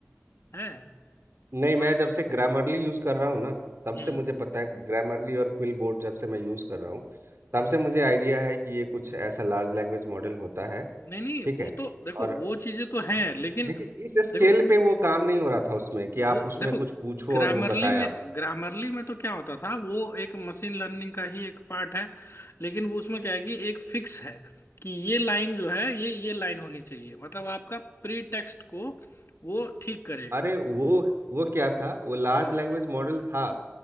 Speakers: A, on the left (about 65°); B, on the right (about 65°).
A: है
B: नहीं
A: और
B: मैं जब से ग्रामरली यूज़ कर रहा हूँ ना तब
A: हम्म
B: से मुझे पता है ग्रामरली और क्विल बोर्ड जब से मैं यूज़ कर रहा हूँ तब
A: हम्म।
B: से मुझे आइडिया है कि ये कुछ ऐसा लार्ज लैंग्वेज मॉडल होता है
A: नहीं नहीं
B: ठीक
A: वो
B: है
A: तो देखो
B: और
A: वो चीजें तो हैं
B: हाँ।
A: लेकिन
B: लेकिन इस स्केल
A: देखो
B: पे वो काम नहीं हो रहा था उसमें कि
A: वो
B: आप उसमें
A: देखो
B: कुछ पूछो
A: ग्रामरली
B: और वो बताए
A: में
B: आप
A: ग्रामरली में तो क्या होता था वो एक मशीन लर्निंग का ही एक पार्ट है लेकिन वो उसमें क्या है कि एक फिक्स है कि ये लाइन जो है ये ये लाइन होनी चाहिए मतलब आपका प्री टेक्स्ट को वो ठीक करेगा
B: अरे वो वो क्या था वो लार्ज
A: हम्म
B: लैंग्वेज मॉडल था